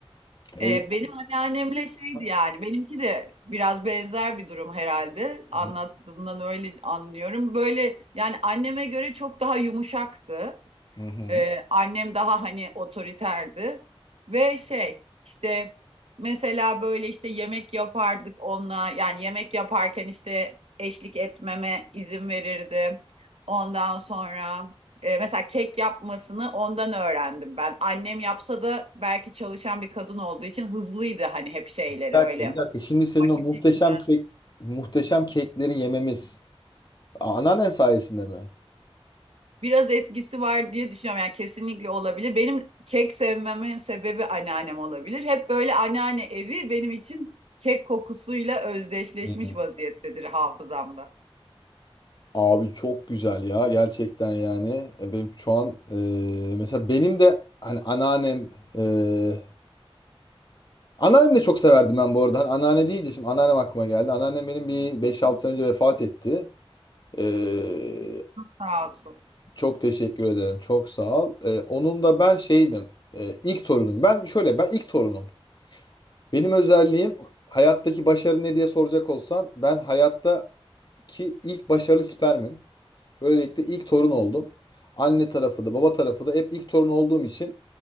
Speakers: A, on the left; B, on the right.
A: evet.
B: E, benim anneannemle şeydi
A: Hı
B: yani benimki de biraz benzer bir durum herhalde anlattığından
A: hı.
B: öyle anlıyorum. Böyle yani anneme göre çok daha yumuşaktı.
A: hı hı.
B: Ee, annem daha hani otoriterdi ve şey işte mesela böyle işte yemek yapardık onunla yani yemek yaparken işte eşlik etmeme izin verirdi. Ondan sonra e, mesela kek yapmasını ondan öğrendim ben. Annem yapsa da belki çalışan bir kadın olduğu için hızlıydı hani hep şeyleri
A: Bir dakika,
B: öyle
A: bir dakika. Şimdi senin
B: vakit
A: o muhteşem
B: geçirmezdi.
A: kek, muhteşem kekleri yememiz a- anneannen sayesinde mi?
B: biraz etkisi var diye düşünüyorum. Yani kesinlikle olabilir. Benim kek sevmemin sebebi anneannem olabilir. Hep böyle anneanne evi benim için kek kokusuyla özdeşleşmiş
A: Hı. hı.
B: vaziyettedir hafızamda.
A: Abi çok güzel ya gerçekten yani E, benim şu an e, mesela benim de hani anneannem e, anneannem de çok severdim ben bu arada hani anneanne deyince şimdi anneannem aklıma geldi anneannem benim bir beş altı sene önce vefat etti E,
B: Sağ olsun.
A: çok teşekkür ederim çok sağ ol E, onun da ben şeydim e, ilk torunuyum ben şöyle ben ilk torunum benim özelliğim hayattaki başarı ne diye soracak olsan ben hayattaki ilk başarılı spermim Böylelikle ilk torun oldum. Anne tarafı da baba tarafı da hep ilk torun olduğum için